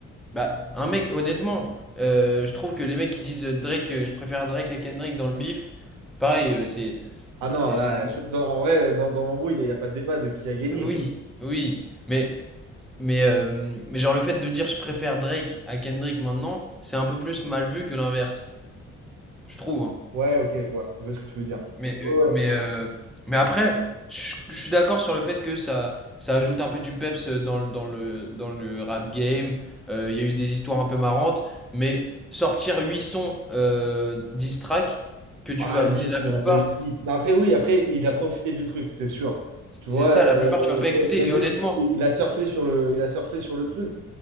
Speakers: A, in the centre; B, on the right.
A: Bah, un mec, honnêtement, euh, je trouve que les mecs qui disent euh, Drake, euh, je préfère Drake à Kendrick dans le bif, pareil, euh, c'est...
B: Ah non,
A: euh,
B: là,
A: c'est...
B: sur- dans- en vrai, dans, dans l'embrouille, il n'y a, y a pas de débat de qui a gagné.
A: Oui, oui. Mais... Mais, euh, mais genre le fait de dire je préfère Drake à Kendrick maintenant, c'est un peu plus mal vu que l'inverse, je trouve.
B: Ouais, ok, je vois. Je vois ce que tu veux dire.
A: Mais,
B: Ouais,
A: mais,
B: ouais.
A: euh, mais après, je, je suis d'accord sur le fait que ça, ça ajoute un peu du peps dans, le- dans, le, dans le rap game. Euh, Il y a eu des histoires un peu marrantes, mais sortir 8 sons euh, 10 tracks, que tu
B: Ah,
A: vas,
B: 8,
A: c'est la
B: il
A: plupart,
B: n'y en a pas eu 8. Mais Après, oui, après, il a profité du truc, c'est sûr. Tu
A: c'est
B: vois,
A: ça,
B: euh,
A: la plupart tu vas pas
B: Ke-
A: écouter.
B: Kendrick,
A: Et honnêtement,
B: il, il a surfé sur le, il a surfé sur le truc.